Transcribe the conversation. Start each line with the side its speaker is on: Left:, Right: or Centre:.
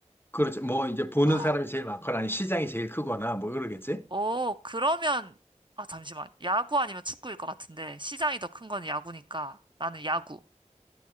Left: 그렇지. 뭐, 이제 보는
Right: 아.
Left: 사람이 제일 많거나, 아니면 시장이 제일 크거나, 뭐, 그러겠지?
Right: 오, 그러면, 아, 잠시만. 야구 아니면 축구일 것 같은데, 시장이 더 큰 건 야구니까, 나는 야구.